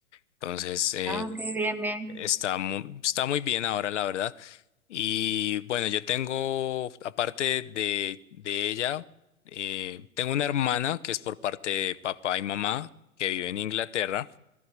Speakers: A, on the left; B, in the centre.
A: Entonces, eh,
B: Ah, ok, bien, bien.
A: Está muy, está muy bien ahora, la verdad. Y bueno, yo tengo, aparte de, de ella, eh, tengo una hermana que es por parte de papá y mamá, que vive en Inglaterra.